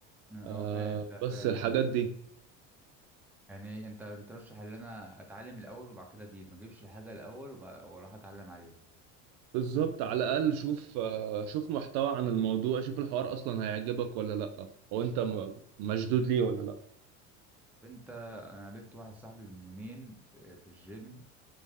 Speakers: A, on the right; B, in the centre.
A: آه،
B: اه فاهم ده
A: بس
B: فاهم
A: الحاجات
B: ده
A: دي
B: يعني انت بترشح ان انا اتعلم الاول وبعد كده اجيب ما اجيبش الحاجه الاول وبع- واروح اتعلم عليها
A: بالظبط على الاقل شوف آه، شوف محتوى عن الموضوع شوف الحوار اصلا هيعجبك ولا لا هو انت م- مشدود ليه ولا لا
B: طب انت انا قابلت واحد صاحبي من يومين في, في الجيم